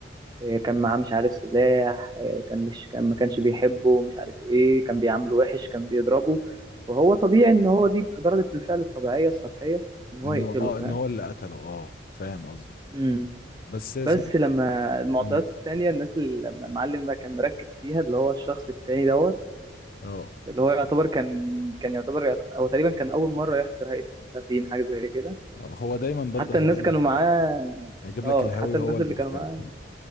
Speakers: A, on the right; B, on the left.
A: إيه، كان معاه مش عارف سلاح إيه، كان مش كان ما كانش بيحبه مش عارف ايه كان بيعامله وحش كان بيضربه فهو طبيعي ان هو دي ردة الفعل الطبيعية السطحية ان هو
B: انه
A: يقتله
B: اه
A: فاهم
B: ان هو اللي قتله اه فاهم قصدك
A: امم
B: بس يا
A: بس
B: زميلي
A: لما المعطيات
B: امم
A: التانية الناس اللي لما المعلم بقى كان مركز فيها اللي هو الشخص التاني دوت
B: اه
A: اللي هو يعتبر كان كان يعتبر يعت- هو تقريبا كان أول مرة يحضر هيئة المستضعفين حاجة زي كده
B: آه، هو دايما برضه
A: حتى
B: هيجيب
A: الناس
B: لك
A: كانوا معاه
B: ال... هيجيب
A: اه
B: لك الهاوي
A: حتى الناس
B: هو المحترف
A: اللي كانوا معاه